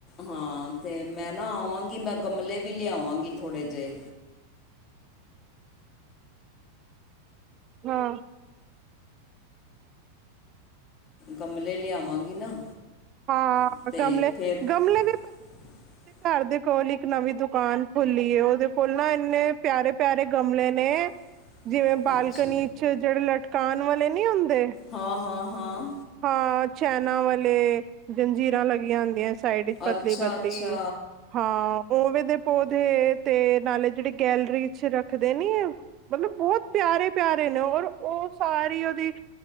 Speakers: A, on the left; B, on the right.
A: ਹਾਂ ਤੇ ਮੈਂ ਨਾ ਆਵਾਂਗੀ ਮੈਂ ਗਮਲੇ ਵੀ ਲਯਾਵਾਂਗੀ ਥੋੜੇ ਜੇ
B: ਹਾਂ।
A: ਗਮਲੇ ਲਯਾਵਾਂਗੀ ਨਾ
B: ਹਾਂ।
A: ਅਤੇ
B: ਗਮਲੇ-
A: ਫਿਰ
B: ਗਮਲੇ ਵਿਰ
A: <inaudible>
B: ਘਰ ਦੇ ਕੋਲ ਇੱਕ ਨਵੀਂ ਦੁਕਾਨ ਖੁੱਲੀ ਏ ਉਦੇ ਕੋਲ ਨਾ ਇੰਨੇ ਪਯਾਰੇ- ਪਯਾਰੇ ਗਮਲੇ ਨੇ
A: <inaudible>
B: ਜਿਵੇਂ ਬਾਲਕਨੀ
A: ਅੱਛਾ
B: ਚ ਜੇੜੇ ਲਟਕਾਨ ਵਾਲੇ ਨੀ ਹੁੰਦੇ
A: ਹਾਂ- ਹਾਂ- ਹਾਂ।
B: ਹਾਂ। ਚੈਨਾਂ ਵਾਲੇ ਜੰਜੀਰਾਂ ਲੱਗੀਆਂ ਹੁੰਦੀਐ। ਸਾਈਡ ਇਚ ਪਤਲੀ
A: ਅੱਛਾ
B: -ਪਤਲੀ,
A: ਅੱਛਾ
B: ਹਾਂ। ਓਵੇੰ ਦੇ ਪੌਦੇ ਤੇ ਨਾਲੇ ਜੇੜੇ ਗੈਲਰੀ ਚ ਰੱਖਦੇ ਨੀ ਐ ਮਤਲਬ ਬਹੁਤ ਪਯਾਰੇ- ਪਯਾਰੇ ਨੇ ਔਰ ਉਹ ਸਾਰੀ ਉਦੀ